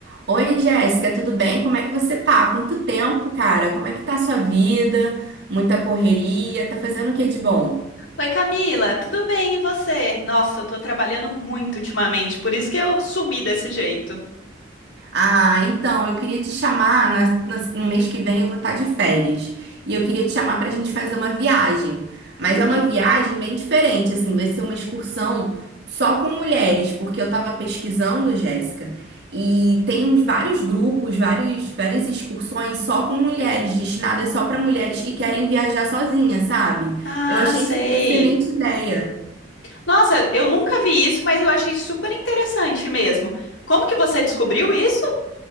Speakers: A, on the right (about 60°); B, on the left (about 85°).
A: Oi, Jéssica, tudo bem? Como é que você tá? Quanto tempo, cara? Como é que tá a sua vida? Muita correria? Tá fazendo o que de bom?
B: Oi, Camila, tudo bem e você? Nossa, eu tô trabalhando muito ultimamente, por isso que eu sumi desse jeito.
A: Ah, então, eu queria te chamar, na- na- no mês que vem eu vou estar de férias. E eu queria te chamar para a gente fazer uma viagem. Mas
B: Hum,
A: é
B: hum.
A: uma viagem bem diferente, assim, vai ser uma excursão só com mulheres, porque eu estava pesquisando, Jéssica, e tem uns vários grupos, vários, várias excursões só com mulheres, destinadas só para mulheres que querem viajar sozinha, sabe?
B: Ah,
A: Eu achei
B: sei.
A: isso uma excelente ideia.
B: Nossa, eu nunca vi isso, mas eu achei super interessante mesmo. Como que você descobriu isso?